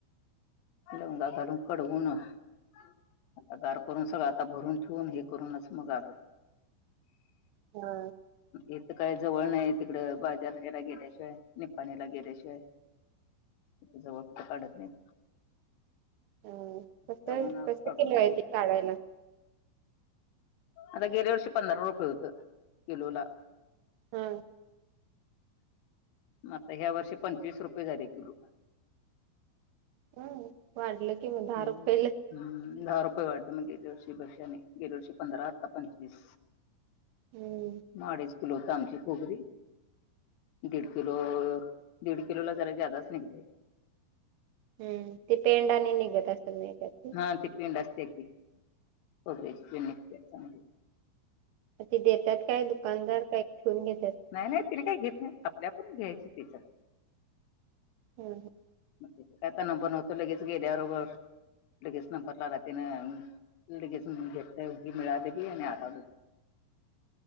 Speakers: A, on the left; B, on the right.
A: लवंगा घालून कडवून आता गार करून सगळं आता भरून ठेवून हे करूनच मग आलो.
B: हा
A: इथ काय जवळ नाही तिकडं बाजार हेला गेल्याशिवाय निपाणीला गेल्याशिवाय इथे जवळ कुठे काढत नाहीत.
B: ह कस
A: जाऊन आज
B: कस
A: काढून
B: केल
A: घेऊन
B: आहे ते काढायला.
A: आता गेल्या वर्षी पंधरा रुपये होत, किलोला.
B: हा
A: आता ह्या वर्षी पंचवीस रुपये झाले किलो.
B: हम्म, वाढल कि म दहा
A: हम्म.
B: रुपयल.
A: हम्म, दहा रुपये वाढल. मग गेल्या वर्षी पैक्षाने गेल्या वर्षी पंधरा. आता पंचवीस.
B: हम्म
A: मग अडीच किलो आमची <unintelligible> दीड किलो दीड किलोला जरा जादाच निघलेय.
B: हम्म, ते पेंड आणि निघत असल नाही त्यात.
A: हा ती पेंड असते ती. खोबऱ्याची पेंड निघते चांगली.
B: ते देतात काय दुकानदार. काय ठेऊन घेत्यात.
A: नाही नाही तिने काही घेत नाही. आपल्या आपुण घ्यायची तेच.
B: हम्म
A: मग काय तर नंबर नव्हत लगेच गेल्याबरोबर. लगेच नंबरला रातेन. लगेच घेत ही मिळाले बी आणि आराम